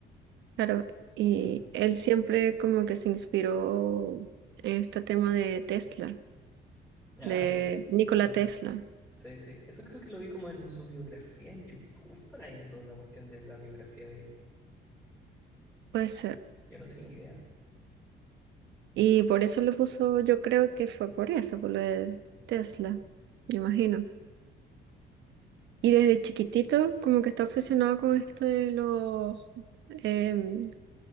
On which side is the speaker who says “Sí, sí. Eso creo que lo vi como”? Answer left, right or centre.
Centre